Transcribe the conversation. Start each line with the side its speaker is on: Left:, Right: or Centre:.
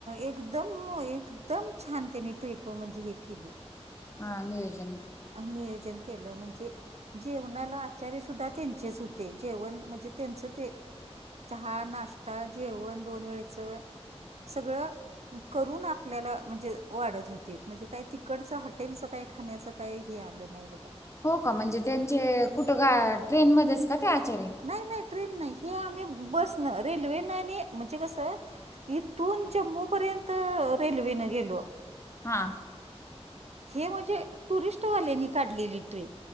Right: एकदम एकदम छान त्यानी ट्रिप म्हणजे हे केली.
Left: हा नियोजन
Right: आम्ही नियोजन केलं म्हणजे. जेवणाला आचार्य सुद्धा त्यांचेच होते जेवण म्हणजे त्यांच ते. चहा नाश्ता जेवण दोन वेळचं. सगळं करून आपल्याला म्हणजे वाढत होते म्हणजे काय ते. इकडचं हॉटेलचं काय खाण्याचं काई हे आलं नाही बघा.
Left: हो का म्हणजे त्यांचे कुठं ग ट्रेनमध्येच का ते आचार्य
Right: नाही नाही ट्रेन नाही हे आम्ही बस न रेल्वेन आणि म्हणजे कसं इथून जम्बोपर्यंत रेल्वेने गेलो.
Left: हा...
Right: हे म्हणजे टुरिस्ट वाल्यांनी काढलेली ट्रिप